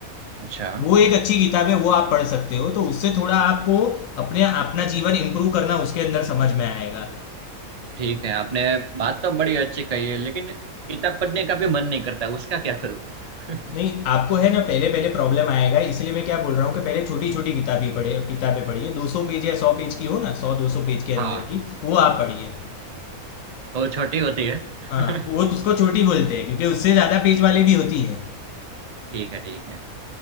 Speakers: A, on the right; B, on the left.
A: अच्छा
B: वो एक अच्छी किताब है वो आप पढ़ सकते हो तो उससे थोड़ा आपको अपने अपना जीवन इम्प्रूव करना उसके अंदर समझ में आएगा
A: ठीक है आपने बात तो बड़ी अच्छी कही है लेकिन किताब पढ़ने का भी मन नहीं करता उसका क्या करूं <laughs>
B: नहीं आपको है ना पहले पहले प्रॉब्लम आएगा इसलिए मैं क्या बोल रहा हूँ कि पहले छोटी छोटी किताबें पढ़े किताबें पढ़िए 200 पेज या 100 पेज की हो ना 100 200 पेज के अंदर
A: हाँ
B: की वो आप पढ़िए
A: वो छोटी होती है <laughs>
B: हाँ वो तो उसको छोटी बोलते हैं क्योंकि उससे ज़्यादा पेज वाली भी होती है
A: ठीक है ठीक है